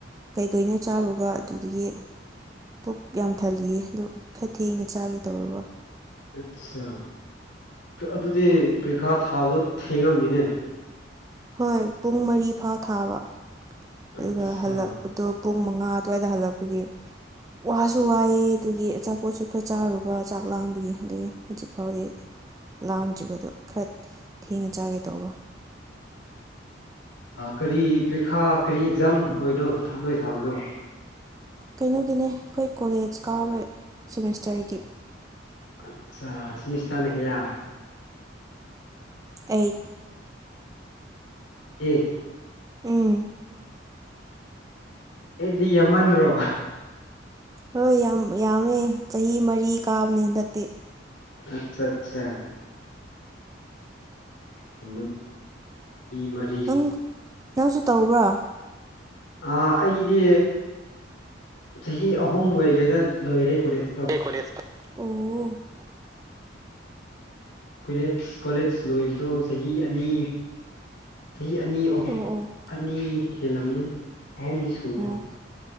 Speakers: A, on the right; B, on the left.
A: ꯀꯩꯀꯩꯅꯣ ꯆꯥꯔꯨꯕ ꯑꯗꯨꯗꯒꯤ ꯄꯨꯛ ꯌꯥꯝ ꯊꯜꯂꯤꯌꯦ ꯑꯗꯨ ꯈꯔ ꯊꯦꯡꯅ ꯆꯥꯒꯦ ꯇꯧꯔꯕ
B: ꯑꯠꯆꯥꯥ ꯑꯗꯨꯗꯤ ꯄ꯭ꯔꯤꯈꯥ ꯊꯥꯕꯗꯣ ꯊꯦꯡꯉꯝꯅꯤꯅꯦ
A: ꯍꯣꯏ ꯄꯨꯡ ꯃꯔꯤ ꯐꯥꯎ ꯊꯥꯕ ꯑꯗꯨꯒ
B: ꯑꯠꯆꯥ
A: ꯍꯜꯂꯛꯄꯗꯣ ꯄꯨꯡ ꯃꯉꯥ ꯑꯗꯨꯋꯥꯏꯗ ꯍꯜꯂꯛꯄꯒꯤ ꯋꯥꯁꯨ ꯋꯥꯏꯑꯦ ꯑꯗꯨꯒꯤ ꯑꯆꯥꯄꯣꯠꯁꯨ ꯈꯔ ꯆꯥꯔꯨꯕ ꯆꯥꯛ ꯂꯥꯝꯕꯒꯤ ꯑꯗꯨꯒꯤ ꯍꯧꯖꯤꯛ ꯐꯥꯎꯗꯤ ꯂꯥꯝꯗ꯭ꯔꯤꯕꯗꯣ ꯈꯔ ꯊꯦꯡꯉ ꯆꯥꯒꯦ ꯇꯧꯕ
B: ꯀꯔꯤ ꯄꯔꯤꯈꯥ ꯀꯔꯤ ꯑꯦꯛꯖꯥꯝ ꯑꯣꯏꯅꯣ ꯊꯗꯣꯏ ꯊꯥꯕꯗꯣ
A: ꯀꯩꯅꯣꯒꯤꯅꯦ ꯑꯩꯈꯣꯏ ꯀꯣꯂꯦꯖ ꯀꯥꯕꯩ ꯁꯦꯃꯤꯁꯇꯔꯒꯤ
B: ꯑꯠꯆꯥ ꯁꯤꯃꯤꯁꯇꯔꯅ ꯀꯌꯥ
A: ꯑꯩꯠ
B: ꯑꯩꯠ
A: ꯎꯝ
B: ꯑꯩꯠꯇꯤ ꯌꯥꯝꯃꯟꯗ꯭ꯔꯣ
A: ꯍꯣꯏ ꯌꯥꯝ ꯌꯥꯝꯃꯦ ꯆꯍꯤ ꯃꯔꯤ ꯀꯥꯕꯅꯦ ꯍꯟꯗꯛꯇꯤ
B: ꯑꯆꯥ ꯑꯠꯆꯥ ꯍ ꯃꯔ <unintelligible>
A: ꯅꯪ ꯅꯪꯁꯨ ꯇꯧꯕ꯭ꯔꯣ
B: ꯑꯩꯗꯤ ꯆꯍꯤ ꯑꯍꯨꯝ ꯑꯣꯏꯔꯤꯉꯩꯗ ꯂꯣꯏꯔꯦ ꯀꯣꯂꯦꯖꯇ
A: ꯑꯣ
B: ꯀꯣꯂꯦꯖ ꯀꯣꯂꯦꯖ ꯂꯣꯏꯕꯗꯣ ꯆꯍꯤ ꯑꯅꯤ ꯆꯍꯤ ꯑꯅꯤ ꯑꯍꯨꯝ
A: ꯑꯣ ꯑꯣ
B: ꯑꯅꯤ ꯍꯦꯜꯂꯝꯅꯤ ꯑꯍꯨꯝꯗꯤ ꯁꯨꯗ꯭ꯔꯤ
A: ꯑꯣ